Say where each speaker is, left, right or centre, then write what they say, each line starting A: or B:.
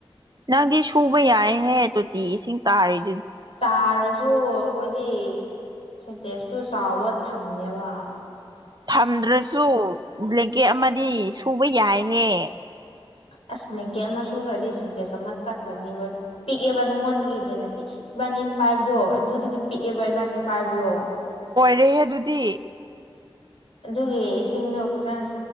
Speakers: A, on the right; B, on the left.
A: ꯅꯪꯗꯤ ꯁꯨꯕ ꯌꯥꯏꯍꯦ ꯇꯣꯇꯤ ꯏꯁꯤꯡ ꯇꯥꯔꯤ
B: ꯇꯥꯔꯁꯨ ꯑꯩꯈꯣꯏꯗꯤ ꯁꯦꯟꯇꯦꯁꯇꯨ ꯇꯥꯎꯋ ꯊꯝꯃꯦꯕ
A: ꯊꯝꯗ꯭ꯔꯁꯨ ꯕ꯭ꯂꯦꯡꯀꯦꯠ ꯑꯃꯗꯤ ꯁꯨꯕ ꯌꯥꯏꯍꯦ
B: ꯑꯁ ꯕ꯭ꯂꯦꯡꯀꯦꯠ ꯑꯃ ꯁꯨꯈ꯭ꯔꯗꯤ ꯁꯤꯟꯇꯦꯖ ꯑꯃ ꯆꯠꯈ꯭ꯔꯅꯤꯕ ꯄꯤꯛꯑꯦꯕ ꯅꯉꯣꯟꯗꯒꯤ ꯍꯦꯟꯅ ꯄꯤꯛ ꯏꯕꯥꯅꯤ ꯄꯥꯏꯞꯗꯣ ꯑꯗꯨꯗꯒꯤ ꯄꯤꯛꯑꯦꯕ ꯏꯕꯥꯅꯤ ꯄꯥꯏꯕꯗꯣ
A: ꯔꯦꯍꯦ ꯑꯗꯨꯗꯤ
B: ꯑꯗꯨꯒꯤ ꯏꯁꯤꯡꯗꯣ ꯐꯖꯥꯅ